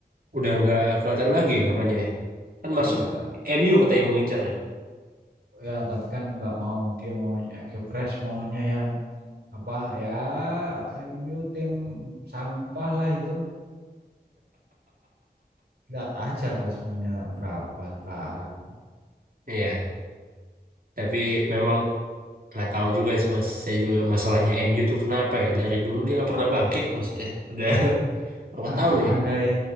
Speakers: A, on the right; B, on the right.
A: udah enggak kelihatan lagi ya namanya ya kan masuk
B: Iya.
A: MU katanya mengincar ya
B: Ya tapi kan nggak mau dia mau eh, Gyökeres maunya yang apa ya MU tim sampah lah itu. Lihat aja kelas mainnya berapa sekarang.
A: <laughs> iya tapi memang nggak tahu juga sih mas saya juga masalahnya MU tuh kenapa ya dari dulu dia nggak pernah bangkit maksudnya udah <laughs> berapa
B: Ah,
A: tahun nih
B: Anda ya,